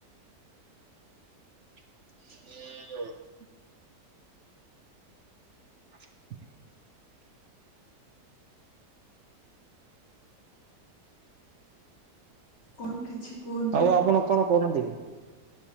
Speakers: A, on the right (about 60°); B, on the left (about 85°).
A: <unintelligible> <inaudible>
B: କଣ କିଛି କୁହନ୍ତୁ
A: ଆଉ ଆପଣ କଣ କରନ୍ତି କି?